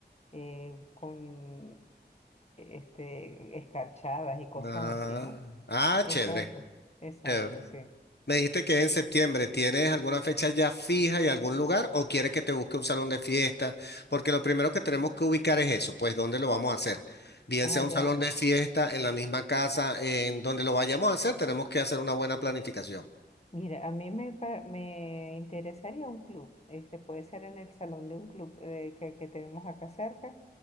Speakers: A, on the left; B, on the left.
A: eh, con este, escarchadas y cosas
B: Ah,
A: así, ¿no?
B: ah,
A: Exacto,
B: chévere,
A: exacto,
B: chévere.
A: sí.
B: Me dijiste que es en septiembre. ¿Tienes alguna fecha ya fija y algún lugar o quieres que te busque un salón de fiesta? Porque lo primero que tenemos que ubicar es eso, pues dónde lo vamos a hacer. Bien
A: Ah,
B: sea un
A: ya.
B: salón de fiesta, en la misma casa, en donde lo vayamos a hacer, tenemos que hacer una buena planificación.
A: Mira, a mí me, pa- me interesaría un club, este puede ser en el salón de un club eh, que, que tenemos acá cerca.